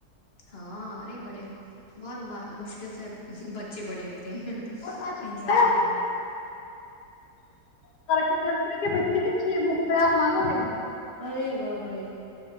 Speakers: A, on the left; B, on the left.
A: ہاں ارے بڑے بہت مشکل سے بچے بڑے ہوتے ہیں
B: <inaudible> اور اج کل
A: ان
B: پتہ
A: سب
B: ہے
A: چیزوں
B: اپ کو
A: میں
B: اور ایسے نرسری کے بچے کے چھ بکس ہیں آپ مانو گے
A: ارے باپ رے